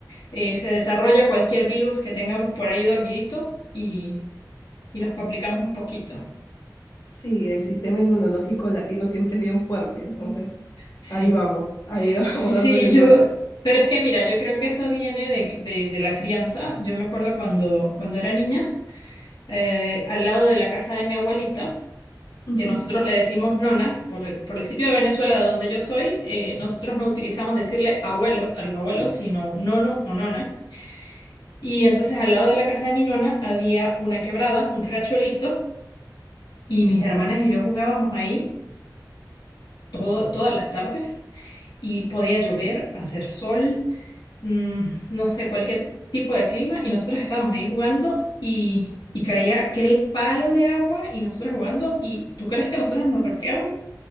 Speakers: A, on the left; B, on the left.
A: eh, se desarrolla cualquier virus que tengamos por ahí dormidito y, y nos complicamos un poquito.
B: Sí, el sistema inmunológico latino siempre es bien fuerte, entonces
A: Sí,
B: ahí vamos, ahí <laughs>
A: sí,
B: vamos dándole
A: yo,
B: lucha.
A: pero es que mira, yo creo que eso viene de, de- de la crianza. Yo me acuerdo cuando, cuando era niña, eh, al lado de la casa de mi abuelita.
B: Ujú.
A: que nosotros le decimos nona, por el, por el sitio de Venezuela de donde yo soy, eh, nosotros no utilizamos decirle abuelos a los abuelos, sino nono o nona. Y entonces al lado de la casa de mi nona había una quebrada, un riachuelito, y mis hermanas y yo jugábamos ahí todo, todas las tardes y podía llover, hacer sol, mm, no sé, cualquier tipo de clima, y nosotros estábamos ahí jugando y, y caía aquel palo de agua y nosotros jugando, y ¿tú crees que nosotros nos resfriábamos?